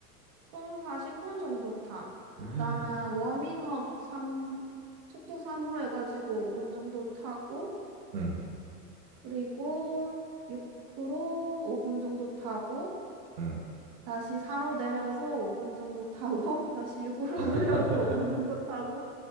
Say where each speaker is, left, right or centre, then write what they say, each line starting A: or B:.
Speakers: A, on the right; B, on the right.
A: 총 40분 정도 타.
B: <gasps>
A: 일단은
B: 음,
A: 워밍업 삼 속도 3으로 해가지고 5분 정도 타고,
B: 음.
A: 그리고 6으로 5분 정도 타고,
B: 음.
A: 다시 4로 내려서 5분 정도 타고, <laughs> 다시 6으로
B: <laughs>
A: 올려서 5분 정도 타고,